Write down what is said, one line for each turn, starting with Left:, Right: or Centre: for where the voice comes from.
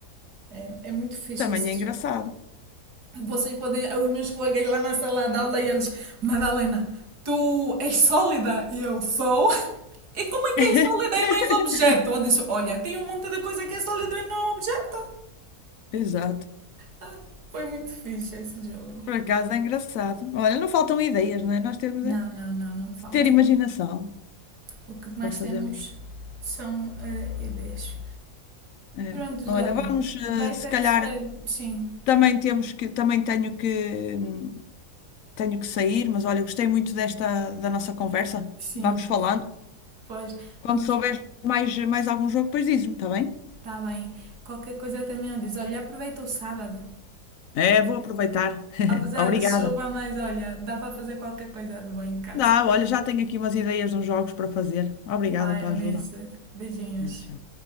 Right: É, é muito fixe
Left: Também
Right: esse
Left: é engraçado.
Right: jogo. Vocês podem, os meus colegas lá na sala de aula e eles, Madalena, tu és sólida? E eu sou. E como é que
Left: <laughs>
Right: é sólida e não és objeto? Eu disse, olha, tem um monte de coisa que é sólido e não é objeto.
Left: Exato.
Right: Ah, Foi muito fixe esse jogo.
Left: Por acaso é engraçado. Olha, não faltam ideias, não é? Nós temos
Right: Não,
Left: é
Right: não, não, não faltam.
Left: que ter imaginação
Right: O que mais
Left: para fazermos.
Right: temos são eh, ideias.
Left: é.
Right: Prontos,
Left: Olha,
Right: olha,
Left: vamos, eh,
Right: vai
Left: se
Right: ter
Left: calhar
Right: que ser. Sim,
Left: também temos que, também tenho que, hum, tenho que sair, mas olha, gostei muito desta da nossa conversa.
Right: sim.
Left: Vamos falando.
Right: Pois,
Left: Quando
Right: vamos.
Left: souberes mais, mais algum jogo, depois dizes-me, está bem?
Right: Tá bem. Qualquer coisa também eu diz. Olha, aproveita o sábado.
Left: É, vou aproveitar. <laughs>
Right: Apesar
Left: Obrigada.
Right: de chuva, mas olha, dá para fazer qualquer coisa de bom em casa.
Left: Dá, olha, já tenho aqui umas ideias de uns jogos para fazer. Obrigada
Right: Vai,
Left: pela
Right: Eunice.
Left: ajuda.
Right: Beijinhos.
Left: Eh, já.